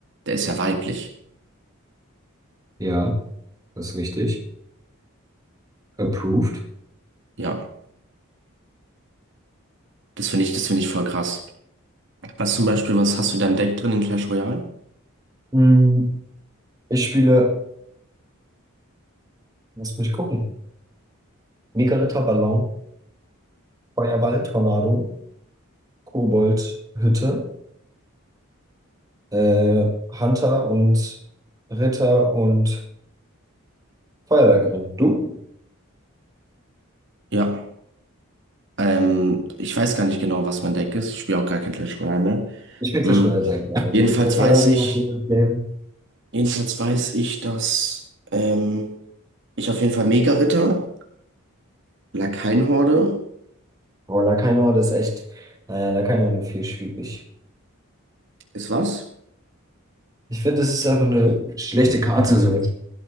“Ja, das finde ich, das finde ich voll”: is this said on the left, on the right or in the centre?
Right